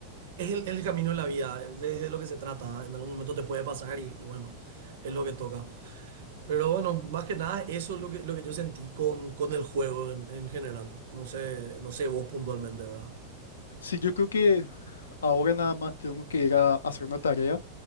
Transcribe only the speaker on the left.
Sí, yo creo que ahora nada más tengo que ir a hacer una tarea,